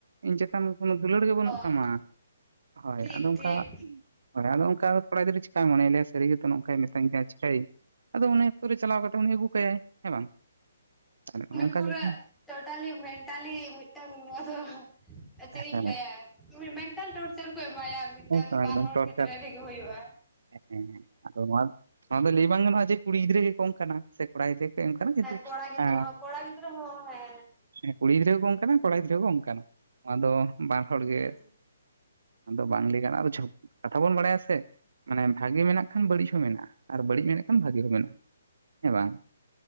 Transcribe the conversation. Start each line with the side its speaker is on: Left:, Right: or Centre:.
Right: ᱤᱧ ᱪᱮᱛᱟᱱ ᱠᱳᱱᱳ ᱫᱩᱞᱟᱹᱲ ᱜᱮ ᱵᱟᱹᱱᱩᱜ
Centre: ᱦᱳᱭ
Right: ᱛᱟᱢᱟ᱾ᱦᱳᱭ
Centre: ᱴᱷᱤᱠ
Right: ᱟᱫᱚ ᱚᱱᱠᱟ
Centre: ᱴᱷᱤᱠ
Right: ᱦᱳᱭ ᱟᱫᱚ ᱚᱱᱠᱟ ᱠᱚᱲᱟ ᱜᱤᱫᱽᱟᱹ ᱪᱤᱠᱟᱭ ᱢᱚᱱᱮᱭᱟ ᱞᱟᱹᱭᱟᱭ ᱥᱟᱹᱨᱤ ᱜᱮᱛᱚ ᱱᱚᱝᱠᱟᱭ ᱢᱮᱛᱟᱧ ᱠᱟᱱᱟ ᱪᱮᱠᱟᱭᱟᱹᱧ ᱟᱫᱚ ᱩᱱᱤ ᱟᱠᱛᱚ ᱨᱮ ᱪᱟᱞᱟᱣ ᱠᱟᱛᱮ ᱩᱱᱤ ᱟᱹᱜᱩ ᱠᱟᱭ ᱦᱮᱸ ᱵᱟᱝ? ᱛᱟᱦᱚᱞᱮ ᱚᱱᱠᱟ
Centre: <inaudible>
Right: ᱡᱚᱠᱷᱚᱱ
Centre: ᱴᱳᱴᱟᱞᱤ ᱢᱮᱱᱴᱟᱞᱤ ᱢᱤᱫᱴᱟᱹᱱ ᱱᱚᱣᱟ ᱫᱚ ᱪᱮᱫ ᱤᱧ
Right: ᱦᱮᱸ
Centre: ᱞᱟᱹᱭᱟ ᱾ ᱢᱮᱱᱴᱟᱞ ᱴᱚᱨᱪᱟᱨ ᱠᱚ ᱮᱢᱟᱭᱟ ᱢᱤᱫᱴᱟᱝ
Right: ᱦᱮᱸᱛᱚ
Centre: ᱵᱟᱨ
Right: ᱮᱠᱫᱚᱢ
Centre: ᱦᱚᱲ
Right: ᱴᱚᱨᱪᱟᱨ
Centre: ᱠᱷᱮᱛᱨᱮ ᱨᱮᱜᱮ ᱦᱩᱭᱩᱜᱼᱟ ᱾
Right: ᱦᱮᱸ ᱟᱫᱚ ᱱᱚᱣᱟ ᱱᱚᱣᱟ ᱫᱚ ᱞᱟᱹᱭ ᱵᱟᱝ ᱜᱟᱱᱚᱜᱼᱟ ᱡᱮ ᱠᱩᱲᱤ ᱜᱤᱫᱽᱨᱟᱹ ᱜᱮ ᱠᱚ ᱚᱱᱠᱟᱱᱟ ᱥᱮ ᱠᱚᱲᱟ ᱜᱤᱫᱽᱨᱟᱹ ᱜᱮ ᱠᱚ <unintelligible> ᱠᱟᱱᱟ ᱡᱮᱦᱮᱛᱩ
Centre: ᱦᱮᱸ ᱠᱚᱲᱟ ᱜᱤᱫᱽᱨᱟᱹ
Right: ᱮ
Centre: <unintelligible> ᱦᱮᱸ
Right: ᱦᱮᱸ ᱠᱩᱲᱤ ᱜᱤᱫᱽᱨᱟᱹ ᱦᱚᱸᱠᱚ ᱚᱱᱠᱟᱱᱟ ᱠᱚᱲᱟ ᱜᱤᱫᱽᱨᱟᱹ ᱦᱚᱸ ᱠᱚ ᱚᱱᱠᱟᱱᱟ ᱟᱫᱚ ᱵᱟᱨ ᱦᱚᱲ
Centre: ᱦᱮᱸ
Right: ᱜᱮ ᱟᱫᱚ ᱵᱟᱝ ᱞᱟᱹᱭ ᱜᱟᱱᱚᱜᱟ <inaudible> ᱠᱟᱛᱷᱟ ᱵᱚᱱ ᱵᱟᱲᱟᱭᱟ ᱥᱮ ᱢᱟᱱᱮ ᱵᱷᱟᱜᱮ ᱢᱮᱱᱟᱜ ᱠᱷᱟᱱ ᱵᱟᱹᱲᱤᱡ ᱦᱚᱸ ᱢᱮᱱᱟᱜᱼᱟ ᱟᱨ ᱵᱟᱹᱲᱤᱡ ᱢᱮᱱᱟᱜ ᱠᱷᱟᱱ ᱵᱷᱟᱜᱮ ᱦᱚᱸ ᱢᱮᱱᱟᱜᱼᱟ ᱦᱮᱸ ᱵᱟᱝ ᱾